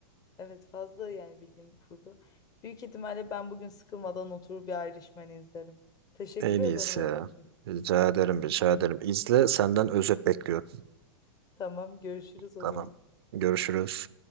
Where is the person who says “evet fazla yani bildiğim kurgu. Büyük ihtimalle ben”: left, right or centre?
Left